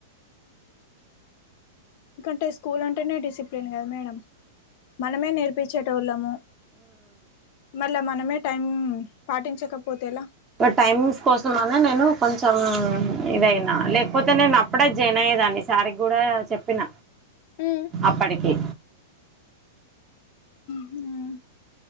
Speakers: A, on the left; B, on the right.
A: ఎందుకంటే స్కూల్ అంటేనే డిసిప్లిన్ కదా మేడం మనమే నేర్పించేట వాళ్ళము మళ్ళా మనమే టైం పాటించకపోతేలా
B: టైమింగ్స్ కోసం అన్నా నేను కొంచెం ఇదయినా లేకపోతే నేను అప్పుడే జాయిన్ అయి లేదాన్ని సార్ కి కూడా చెప్పిన
A: ఉమ్
B: అప్పటికి
A: ఉమ్